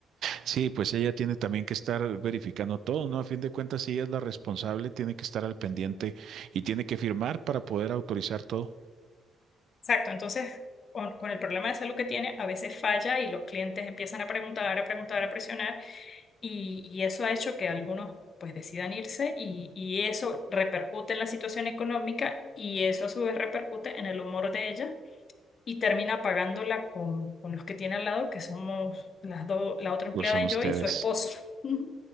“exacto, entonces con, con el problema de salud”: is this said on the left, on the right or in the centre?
Left